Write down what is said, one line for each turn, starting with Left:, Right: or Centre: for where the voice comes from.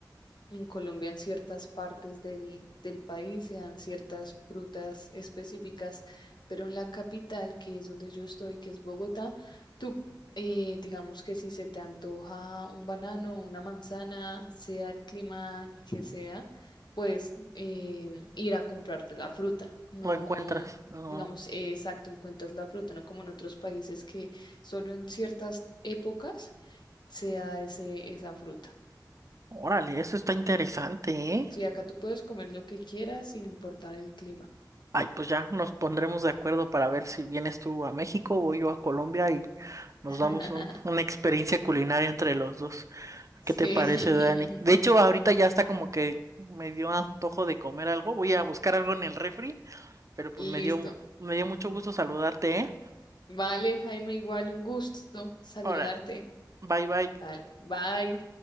Left: En Colombia, en ciertas partes del, del país, se dan ciertas frutas específicas, pero en la capital, que es donde yo estoy, que es Bogotá, tú, eh, digamos que si se te antoja un banano, una manzana, sea el clima que sea, pues em, ir a comprarte la fruta. No,
Right: Lo encuentras. No.
Left: digamos, eh, exacto, encuentras la fruta, no como en otros países que solo en ciertas épocas se da ese, esa fruta.
Right: Órale, eso está interesante, ¿eh?
Left: Sí, acá tú puedes comer lo que quieras sin importar el clima.
Right: Ay, pues ya nos pondremos de acuerdo para ver si vienes tú a México o yo a Colombia y nos
Left: <laughs>
Right: damos un- una experiencia culinaria entre los dos.
Left: Sí,
Right: ¿Qué te parece, Dani?
Left: <laughs>
Right: De hecho, ahorita ya está como que me dio antojo de comer algo. Voy a buscar algo en el refri, pero pues
Left: listo.
Right: me dio, me dio mucho gusto saludarte, ¿eh?
Left: Vale, Jaime, igual un gusto saludarte.
Right: Órale, bye bye.
Left: Vale, bye.